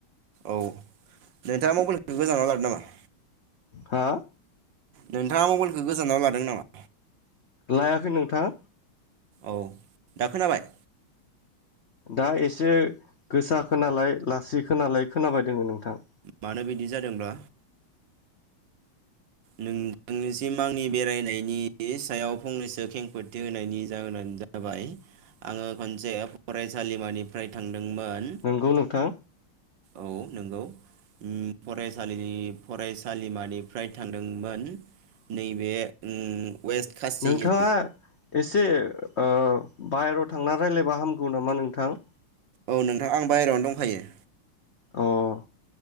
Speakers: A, on the right; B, on the left.
A: औ नोंथाङा मबाइलखौ गोजानाव लादो नामा?
B: हा
A: नोंथाङा मबाइलखौ गोजानाव लादों नामा?
B: लायाखै नोंथाङ।
A: औ दा खोनाबाय
B: दा एसे गोसा खोनालाय लासै खोनालाय खोनाबाय दङ नोंथां
A: मानो बिदि जादोंबा नोंथांनिसिम आंनि बेरायनायनि सायाव फंनैसो खेंफोरथि होनायनि जाहोनानो जाबाय जाबाय आङो खनसे <unintelligible> फराय फरायसालिमानिफ्राय थांदोंमोन
B: नंगौ नोंथां
A: औ नंगौ फरायसालिनि फरायसालिमानिफ्राय थांदोंमोन नैबे उम वेस्ट खासि
B: नोंथाङा
A: हिल
B: एसे ओ बाहेरायाव थांना रायज्लायबा हामगौ नामा नोंथां
A: औ नोंथां आं बाहेरायावनो दंखायो।
B: अह